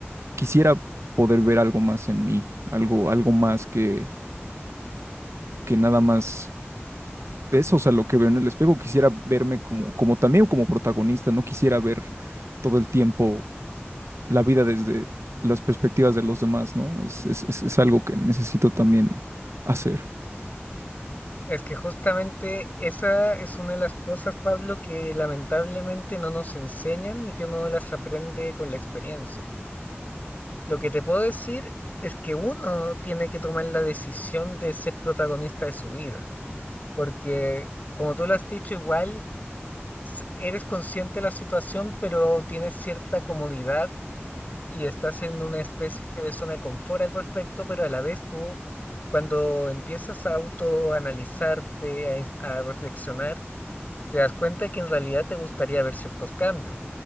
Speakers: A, on the right; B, on the left.
A: quisiera poder ver algo más en mí, algo, algo más que, que nada más de eso, o sea, lo que veo en el espejo, quisiera verme como, como también como protagonista, no quisiera ver todo el tiempo la vida desde las perspectivas de los demás, ¿no? Es, es, es, es algo que necesito también hacer.
B: Es que justamente esa es una de las cosas, Pablo, que lamentablemente no nos enseñan y que uno las aprende con la experiencia. Lo que te puedo decir es que uno tiene que tomar la decisión de ser protagonista de su vida, porque como tú lo has dicho, igual s- eres consciente de la situación, pero tienes cierta comodidad y estás en una especie de zona de confort al respecto, pero a la vez tú, cuando empiezas a autoanalizarte, a, es- a reflexionar, te das cuenta que en realidad te gustaría ver ciertos cambios.